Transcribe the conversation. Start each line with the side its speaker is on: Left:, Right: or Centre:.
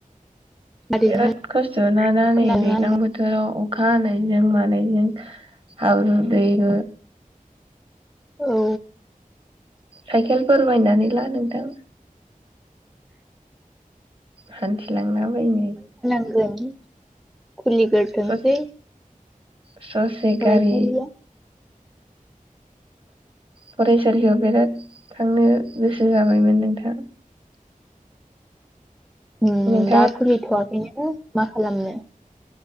Centre: गारिजोंनो
Right: बिराद खस्थ' नाना
Centre: खोनादोंना
Right: नै दैलां
Centre: नोंथां
Right: बोथोराव? अखा हानायजों मानायजों हाब्रु दैब्रु
Centre: औ
Right: साइकेलफोर बायनानै ला नोंथां हान्थिलांलाबायनो
Centre: जों खुलिग्रोथोंसै
Right: ससे <inaudible> ससे गारि
Centre: फरायसालिया
Right: फराइसालियाव बिराद थांनो गोसो जाबायमोन नोंथां
Centre: उम
Right: नोंथाङा
Centre: दा खुलि थ'आखै नो। मा खालामनो